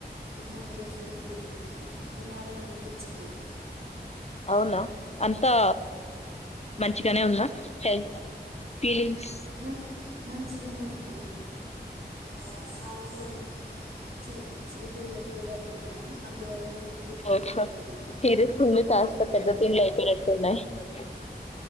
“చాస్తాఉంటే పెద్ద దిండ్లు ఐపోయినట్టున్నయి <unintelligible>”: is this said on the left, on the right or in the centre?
Left